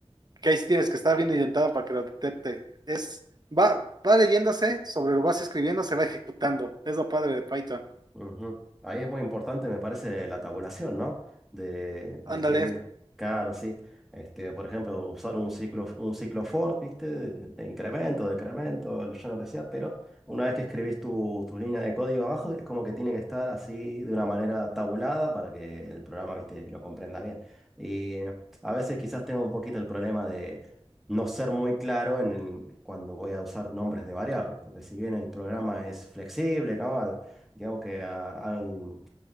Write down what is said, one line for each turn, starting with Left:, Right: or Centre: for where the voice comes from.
Right: que ahí sí tienes que estar bien identado para que lo detecte. Es, va, va leyéndose, sobre lo vas escribiendo, se va ejecutando. Es lo padre de Python.
Centre: Ujú. Ahí es muy importante, me parece, la tabulación, ¿no? De, de
Right: Ándale.
Centre: escribir. Claro, sí. Este, por ejemplo, usar un ciclo, un ciclo for, ¿viste? De, de incremento, decremento, yo lo que sea, pero una vez que escribís tu, tu línea de código abajo, es como que tiene que estar así de una manera tabulada para que el programa, ¿viste? lo comprenda bien. Y eh, a veces quizás tengo un poquito el problema de no ser muy claro en el- cuando voy a usar nombres de variables, porque si bien el programa es flexible, ¿no? Digamos que a, al-